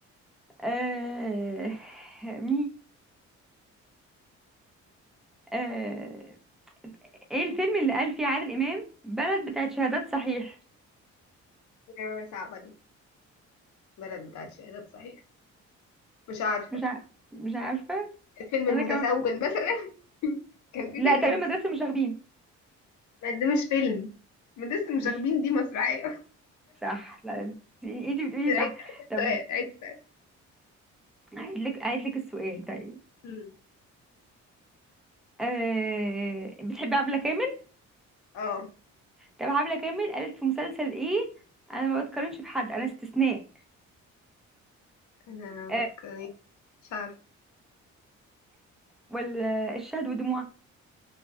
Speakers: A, in the centre; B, on the left.
A: آه... مين آه... ايه الفيلم اللي قال فيه عادل امام بلد بتاعت شهادات صحيح
B: نعمة صعبة دي بلد بتاعت شهادات صحيح مش عارفة
A: مش ع... مش عارفه
B: الفيلم
A: انا
B: المتسول
A: كمان
B: مثلا <laughs> كان في
A: لا
B: فيلم
A: تقريبا
B: متس-
A: مدرسه المشاغبين
B: ما ده مش فيلم ما ده لسه مش
A: مش
B: واخدين دي مسرحية <laughs>
A: صح لا انت بتقولي
B: عيد
A: صح
B: عيد السؤال
A: طب
B: عيد السؤال
A: هعيد لك هعيد لك السؤال طيب
B: مم.
A: أه... بتحبي عبلة كامل
B: اه
A: طب عبلة كامل قالت في مسلسل ايه انا ما بتقارنش بحد انا استثناء
B: انا
A: أه...
B: بتكلم مش عارفة
A: ولا الشهد والدموع